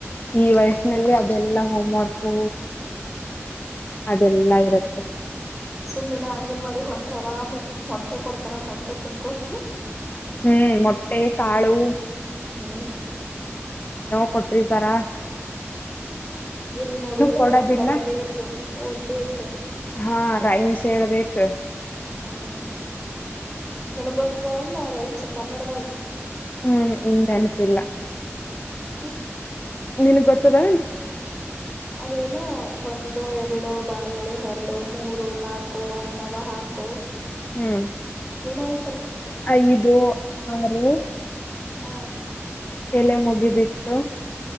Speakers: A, on the left; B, in the centre.
A: ಈ ವಯಸ್ಿನಲ್ಲಿ ಅದೆಲ್ಲಾ ಹೋಮ್ವರ್ಕು ಅದೆಲ್ಲಾ ಇರುತ್ತೆ
B: ಸುಮ್ಮಿನ ಅಂಗನವಾಡಿ ಹೊಂಟ್ರ ಆರಾಮ್ ಮೊಟ್ಟೆ ಕೊಡ್ತಾರ ಮೊಟ್ಟೆ ತಿನ್ಕೋತ
A: ಹ್ಮ್ ಮೊಟ್ಟೆ ಕಾಳು
B: ಹ್ಮ್
A: ಕೊಟ್ರತಾರ
B: ಇಲ್ ನೋಡಿದ್ರ
A: ಕೊಡೋದಿಲ್ಲ
B: ಬರಿಬೇಕು ಓದ್ಬೇಕ
A: ಹಾ ರೈಮ್ಸ್ ಹೇಳ್ಬೇಕ
B: ಹ್ಮ್ ನನ್ಗ್ ಗೊತ್ತದಾವ ನ್ ರೈಮ್ಸ್ ಕನ್ನಡದಾಗ
A: ಹ್ಮ್್ ಇ ಅನಪಿಲ್ಲ
B: ಹ
A: ನಿನಗ್ ಗೊತ್ತದ
B: ಅವೇನ ಒಂದೋ ಎರಡುೋ ಬಲ್ಳೆ ಹರಡುೋ ಮೂರು ನಾಕು ಅನ್ನವ ಹಾಕೋ
A: ಹ್ಮ್
B: ಏನ ಆ್
A: ಐದು ಆರು
B: ಹಾ
A: ಎಲೆ ಮುಗಿದಿತ್ತು